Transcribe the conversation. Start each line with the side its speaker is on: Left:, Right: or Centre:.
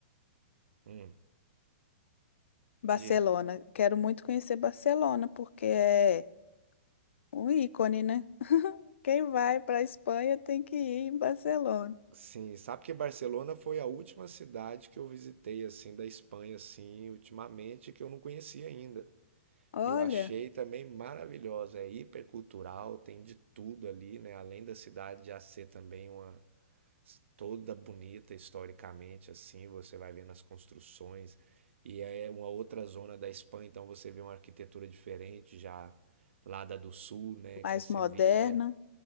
Right: Hum,
Left: Barcelona.
Right: diga.
Left: Quero muito conhecer Barcelona, porque é um ícone, né? Quem vai para a Espanha tem que ir em Barcelona.
Right: Sim, sabe que Barcelona foi a última cidade que eu visitei assim da Espanha assim, ultimamente que eu não conhecia ainda.
Left: Olha,
Right: E eu achei também maravilhosa, é hipercultural, tem de tudo ali, né? Além da cidade já ser também uma toda bonita historicamente assim, você vai vendo as construções e é uma outra zona da Espanha, então você vê uma arquitetura diferente já lá da do sul, né, que
Left: mais
Right: é Sevilha.
Left: moderna.